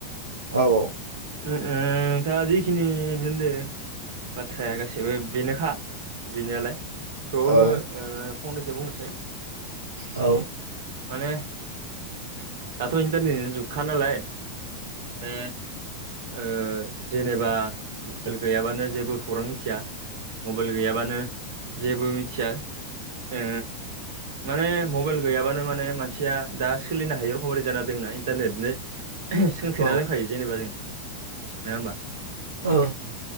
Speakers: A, on the right; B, on the right.
A: औ औ।
B: ओ ओम नोंथाङा जिखिनि होनदों बाथ्राया गासैबो बेनोखा बेनोलाय थेवबाबो
A: औ
B: ओ फंनैसो बुंनोसै।
A: औ
B: माने दाथ' इन्टारनेटनि जुगखा नालाय ओ ओ जेनेबा मबल गैयाबानो जेबो खौरां मिथिया। मबाइल गैयाबानो जेबो मिथिया ओ माने मबाइल गैयाबानो माने मानसिया दा सोलिनो हायो रखमै जाना दंना इन्टारनेटनो सोंथेना
A: औ
B: दोनखायो जेनेबा जों नङा होमबा?
A: औ